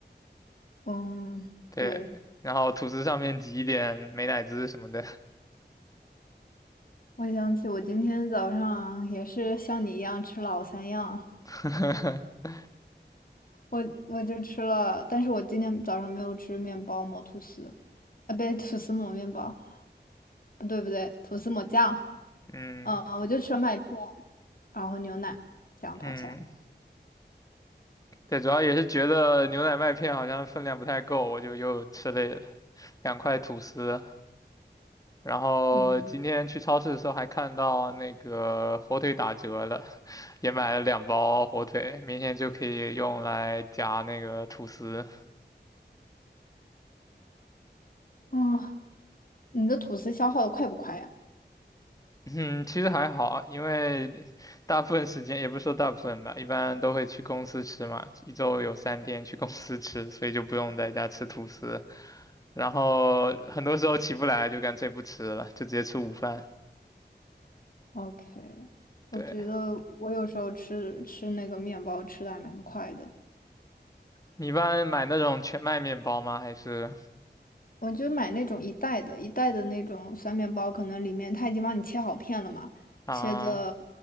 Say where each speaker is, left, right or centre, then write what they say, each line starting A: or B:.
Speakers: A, on the left (about 50°); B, on the left (about 20°).
A: 嗯，
B: 对，
A: 对，
B: 然后吐司上面挤一点美乃滋什么的。
A: 我想起我今天早上也是像你一样吃老三样，
B: <laughs>
A: 我我就吃了，但是我今天早上没有吃面包抹吐司，啊，不对，吐司抹面包，不对不对，吐司抹酱，
B: 嗯
A: 嗯，我就吃了麦片，然后牛奶，这样跑起来。
B: 嗯，对，主要也是觉得牛奶麦片好像分量不太够，我就又吃了两块吐司。然后今天去超市的时候还看到那个火腿打折了，
A: 嗯，
B: <laughs> 也买了两包火腿，明天就可以用来夹那个吐司。
A: 哦，你的吐司消耗的快不快呀？
B: 嗯，其实还好，因为大部分时间也不是说大部分吧，一般都会去公司吃嘛，一周有三天去公司吃，所以就不用在家吃吐司。然后很多时候起不来就干脆不吃了，就直接吃午饭。
A: OK，我觉得我有时候吃吃那个面包吃的还蛮快的，
B: 对，你一般买那种全麦面包吗？还是
A: 我就买那种一袋的，一袋的那种酸面包，可能里面它已经帮你切好片了嘛，
B: 啊，
A: 切的